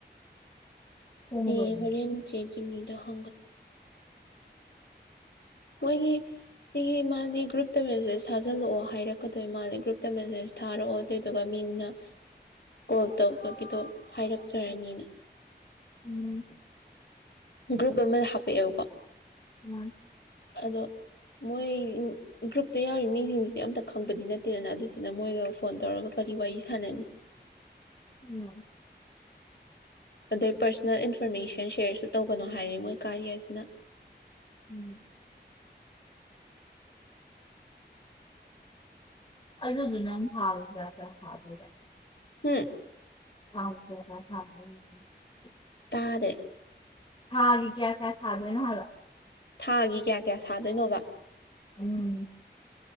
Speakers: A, on the left (about 30°); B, on the left (about 70°).
A: ꯎꯝ
B: ꯑꯩ ꯍꯣꯔꯦꯟ ꯆꯦ ꯖꯤꯃꯤꯗ <inaudible> ꯃꯣꯏꯒꯤ ꯁꯤꯒꯤ ꯃꯥꯗꯤ ꯒ꯭ꯔꯨꯞꯇ ꯃꯦꯁꯦꯖ ꯊꯥꯖꯤꯜꯂꯛꯑꯣ ꯍꯥꯏꯔꯛꯀꯗꯣꯏ ꯃꯥꯜꯂꯤ ꯒ꯭ꯔꯨꯞꯇ ꯃꯦꯁꯦꯁ ꯊꯥꯔꯛꯑꯣ ꯑꯗꯨꯏꯗꯨꯒ ꯃꯤꯡꯅ ꯀꯣꯜ ꯇꯧꯕꯒꯤꯗꯣ ꯍꯥꯏꯔꯛꯆꯔꯅꯤꯅ
A: ꯎꯝ
B: ꯒ꯭ꯔꯨꯞ ꯑꯃꯗ ꯍꯥꯞꯄꯛꯑꯦꯕꯀꯣ
A: ꯎꯝ
B: ꯑꯗꯣ ꯃꯣꯏ ꯒ꯭ꯔꯨꯞꯇ ꯌꯥꯎꯔꯤ ꯃꯤꯁꯤꯡꯁꯤꯗꯤ ꯑꯝꯇ ꯈꯪꯕꯗꯤ ꯅꯠꯇꯦꯗꯅ ꯑꯗꯨꯗꯨꯅ ꯃꯣꯏꯒ ꯐꯣꯟ ꯇꯧꯔꯒ ꯀꯔꯤ ꯋꯥꯔꯤ ꯁꯥꯟꯅꯅꯤ
A: ꯎꯝ
B: ꯑꯗꯩ ꯄꯔꯁꯣꯅꯦꯜ ꯏꯟꯐꯣꯔꯃꯦꯁꯟ ꯁꯦꯌꯔꯁꯨ ꯇꯧꯒꯅꯣ ꯍꯥꯏꯔꯦ ꯃꯣꯏ ꯀꯥꯔꯤꯌꯔꯁꯤꯅ
A: ꯎꯝ ꯑꯗꯨꯗꯨꯅ ꯐꯥꯎꯗ꯭ꯔꯒꯗꯔ <inaudible>
B: ꯍꯨꯝ
A: <unintelligible>
B: ꯇꯥꯗꯦ
A: ꯊꯥꯒꯤ ꯀꯌꯥ ꯀꯌꯥ ꯁꯥꯗꯣꯏ ꯍꯥꯢꯕ
B: ꯊꯥꯒꯤ ꯀꯌꯥ ꯀꯌꯥ ꯁꯥꯗꯣꯏꯅꯣꯕ
A: ꯑꯝ